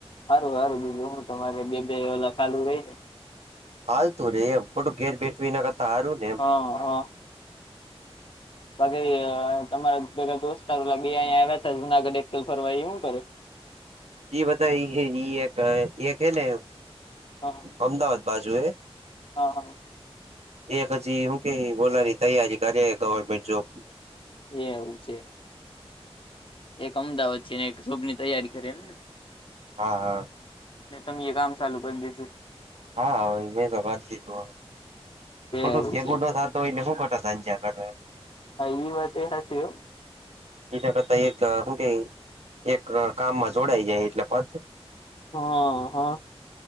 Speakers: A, on the left (about 55°); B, on the right (about 85°).
A: સારું સારું બીજું હું તમારે બે બે વાલા ચાલુ રહી ને
B: હાલ તું ને એમ ખોટું ઘેર બેઠું એ ના કરતા હારું ને. એમ
A: હા હા. બાકી તમારા બધા દોસ્તાર લાગીયા આવ્યા ત જુનાગઢ એકલ ફરવા એ હું કરે?
B: ઈ બધા એક એક હે ને
A: હા
B: અમદાવાદ બાજુ એ
A: હા.
B: એક હજી હું કે બોલાની તૈયારી કરે ગવર્મેન્ટ જોબ.
A: એ એવું છે. એક અમદાવાદ છે ને એક જોબની તૈયારી કરે એમને.
B: હા હા.
A: એટલે તો મેં કામ ચાલુ કરી દેસુ.
B: હા એને તો વાતીધું ખોટું
A: એવું
B: <unintelligible>
A: છે
B: ખાધ તો એને હું કટ સાંજ્યા. <unintelligible>
A: હ વાતે હસું.
B: એના કરતા એક શું કે એક કામમાં જોડાઈ જાય એટલે પથ <unintelligible>
A: હ અ.